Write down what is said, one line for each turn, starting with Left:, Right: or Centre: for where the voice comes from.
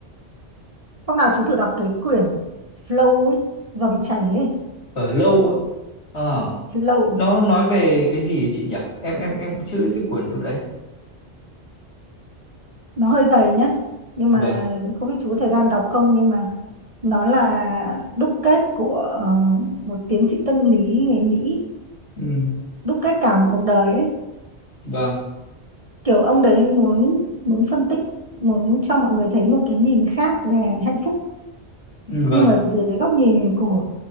Right: hôm nào chú thử đọc cái quyển flow ấy, dòng chảy ấy
Left: Ở lâu á. Ờ,
Right: flow
Left: nó nói về cái gì ấy chị nhỉ? Em em em cũng chưa biết cái quyển ở đây.
Right: nó hơi dày nhé nhưng mà
Left: Vâng.
Right: không biết chú có thời gian đọc không nhưng mà nó là đúc kết của ờ, một tiến sĩ tâm lý người Mỹ
Left: Ừ,
Right: đúc kết cả một cuộc đời ấy
Left: vâng.
Right: kiểu ông đấy muốn muốn phân tích muốn cho mọi người thấy một cái nhìn khác về hạnh phúc
Left: Ừ, Vâng.
Right: nhưng mà dưới góc nhìn của